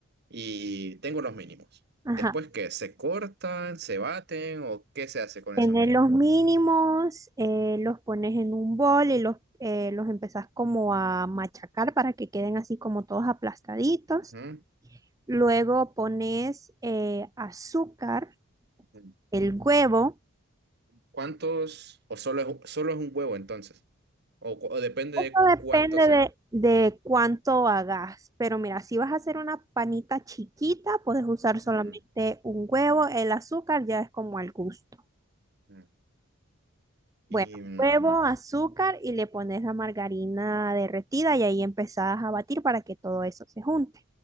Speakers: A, on the right; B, on the right.
A: y tengo los mínimos.
B: Ajá.
A: Después, ¿qué? ¿Se cortan, se baten o qué se hace con
B: Tener
A: esos mínimos?
B: los mínimos, eh, los pones en un bol y los, eh, los empezás como a machacar para que queden así como todos aplastaditos.
A: Ujú.
B: Luego pones eh, azúcar,
A: Ujú.
B: el huevo.
A: ¿Cuántos? ¿O solo es, solo es un huevo entonces? O, cu- o depende de
B: Esto depende
A: cuánto sea.
B: de, de cuánto hagas, pero mira, si vas a hacer una panita chiquita, puedes usar solamente
A: Ujú,
B: un huevo, el azúcar ya es como al gusto.
A: ujú. Y,
B: Bueno,
A: mm,
B: huevo,
A: o
B: azúcar y le pones la margarina derretida y ahí empezás a batir para que todo eso se junte.